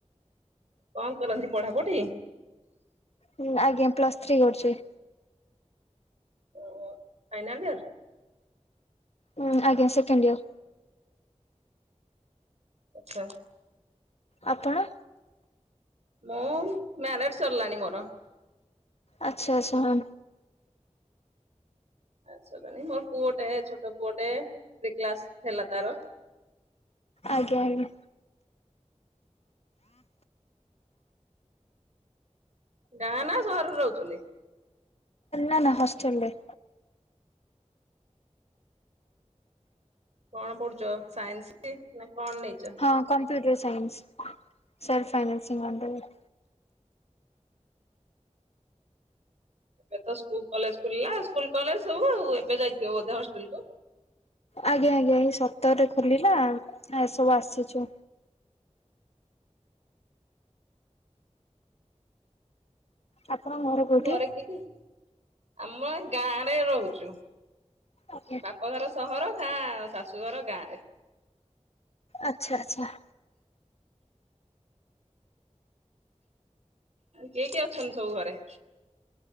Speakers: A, on the right; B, on the left.
A: କଣ କରନ୍ତି ପଢାପଢି?
B: ହୁଁ ଆଜ୍ଞା ପ୍ଲସ୍ ଥ୍ରୀ କରୁଚି।
A: ଓ ହୋ ଫାଇନାଲ ଇୟର୍।
B: ହୁଁ ଆଜ୍ଞା ସେକେଣ୍ଡ ଇୟର୍।
A: ଆଚ୍ଛା।
B: ଆପଣ?
A: ମୁଁ ମ୍ୟାରେଜ୍ ସରିଲାଣି ମୋର।
B: ଆଚ୍ଛା ଆଚ୍ଛା ହଁ।
A: <unintelligible> ନାଇଁ ମୋର ପୁଅଟେ, ଛୋଟ ପୁଅଟେ କ୍ଲାସ ହେଲା ତାର।
B: ଆଜ୍ଞା ଆଜ୍ଞା।
A: ଗାଁ ନା ସହରରେ ରହୁଛନ୍ତି?
B: ନା ନା ହାଷ୍ଟେଲ୍ ରେ।
A: କଣ ପଢୁଛ ସାଇନ୍ସ, ନା କଣ ନେଇଛ?
B: ହଁ computer science, self financing under ରେ।
A: ଏବେ ତ ସ୍କୁଲ କଲେଜ ଖୁଲିଲା ସ୍କୁଲ କଲେଜ ସବୁ ଆଉ, ଏବେ ଯାଇଥିବ ବୋଧେ ହଷ୍ଟେଲ କୁ?
B: ଆଜ୍ଞା ଆଜ୍ଞା ଏଇ ସତରରେ ଖୋଲିଲା, ଏସବୁ ଆସିଚୁ। ଆପଣଙ୍କ ଘର କୋଉଠି?
A: ଘରେ କିଏ କି? ଆମେ ଗାଁରେ ରହୁଚୁ।
B: ଆଜ୍ଞା
A: ବାପ ଘର ସହର, ଗାଁ ଶାଶୁଘର ଗାଁରେ।
B: ଆଚ୍ଛା ଆଚ୍ଛା।
A: କିଏ କିଏ ଅଛନ୍ତି ସବୁ ଘରେ?